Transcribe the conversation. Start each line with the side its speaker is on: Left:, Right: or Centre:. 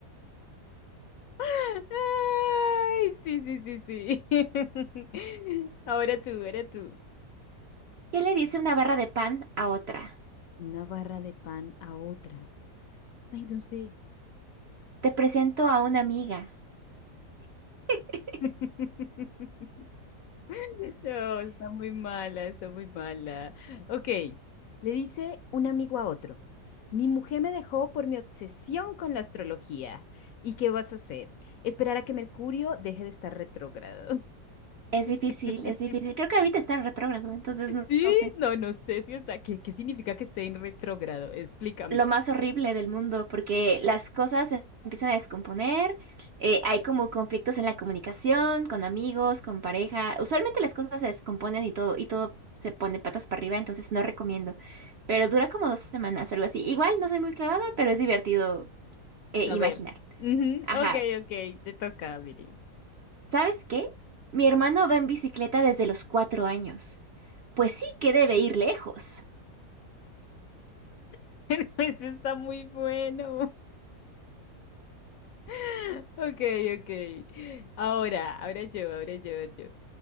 Left: <laughs> Ay, sí, sí, sí, sí. <laughs> Ahora tú, ahora tú.
Right: ¿Qué le dice una barra de pan a otra?
Left: Una barra de pan a otra. Ay, no sé.
Right: Te presento a una amiga. <laughs>
Left: <laughs> <laughs> No, está muy mala, está muy mala. Ok, le dice un amigo a otro, mi mujer me dejó por mi obsesión con la astrología. ¿Y qué vas a hacer? Esperar a que Mercurio deje de estar retrógrado.
Right: Es difícil,
Left: <laughs>
Right: es difícil. Creo que ahorita está en retrógrado, entonces no,
Left: Sí,
Right: no sé.
Left: no, no sé si está. ¿Qué, qué significa que esté en retrógrado? Explícame.
Right: Lo más horrible del mundo, porque las cosas se empiezan a descomponer, eh, hay como conflictos en la comunicación, con amigos, con pareja. Usualmente las cosas se descomponen y todo, y todo se pone patas para arriba, entonces no recomiendo. Pero dura como dos semanas, algo así. Igual no soy muy clavada, pero es divertido eh,
Left: Saber.
Right: imaginar.
Left: Ujú,
Right: Ajá.
Left: Ok, ok, te toca, Viri.
Right: ¿Sabes qué? Mi hermano va en bicicleta desde los cuatro años. Pues sí que debe ir lejos.
Left: <laughs> Este está muy bueno. <laughs> Ok, ok. Ahora, ahora yo, ahora yo, yo.